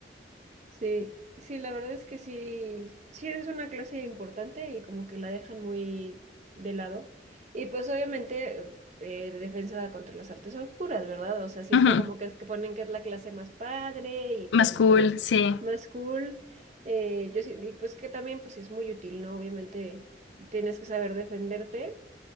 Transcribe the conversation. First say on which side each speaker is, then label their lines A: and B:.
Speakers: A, on the right; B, on the left.
A: Sí, sí, la verdad es que sí, sí es una clase importante y como que la dejan muy de lado. Y pues obviamente eh, defensa contra las artes oscuras, ¿verdad? O sea, siempre
B: Ujú,
A: como que, es que ponen que es la clase más padre y
B: Más
A: todo,
B: cool,
A: ¿no?
B: sí.
A: Más cool. Eh, yo sí, y pues que también pues es muy útil, ¿no? Obviamente tienes que saber defenderte